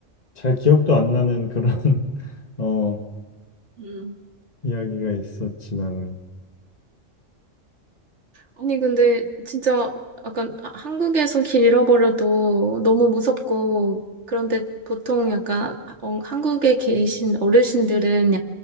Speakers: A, on the left; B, on the right.
A: 잘 기억도 안 나는 그런 <laughs> 어
B: 음.
A: 이야기가 있었지 나는.
B: 아니, 근데 진짜 약간 하- 한국에서 길 잃어버려도 너무 무섭고, 그런데 보통 약간 어, 한국에 계신 어르신들은